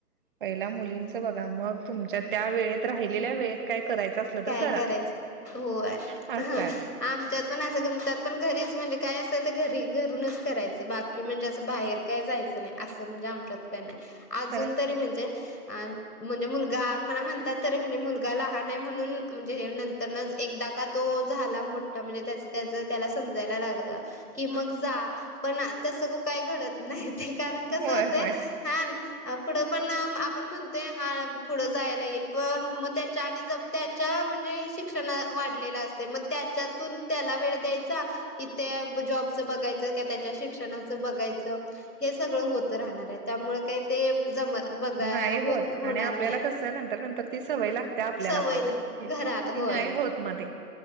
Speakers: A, on the right; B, on the left.
A: पहिला मुलींचं बघा मग तुमच्या त्या वेळेत राहिलेल्या वेळेत काय करायचं असलं
B: काय
A: तर करा.
B: करायचं होय
A: असं आहे
B: आमच्यात पण असंच्यात पण घरीच म्हणजे काय असेल तर घरी घरूनच करायचं बाकी कि म्हणजे असं बाहेर काही जायचं नाही असं म्हणजे आ शकत नाही अजून
A: खरंच
B: तरी म्हणजे अ म्हणजे मुलगा म्हणा म्हणतात तरी म्हणजे मुलगाला ह नाही म्हणून म्हणजे हे नंतर एकदा का तो झाला मोठा म्हणजे त्याच त्याच त्याला समजायला लागलं कि मग जा पण तस काय घडत नाही ते कारण कसं
A: होय
B: होत
A: होय.
B: हा पुढं पण आपण म्हणतोय हा पुढं जायला येईल पण मग त्याच्या आणि ज त्याच्या म्हणजे शिक्षण वाढलेलं असते मग त्याच्यातून त्याला वेळ द्यायचा कि त्या जॉबचं बघायचं क त्याच्या शिक्षणाचं बघायचं हे सगळं होत राहणार आहे त्यामुळे काय ते जम बघा
A: नाही
B: होत होणार
A: आणि आपल्याला
B: नाही
A: कसं नंतर नंतर ती सवय लागते आपल्याला
B: सवयला
A: पण की
B: घरात होय
A: नाही होत मध्ये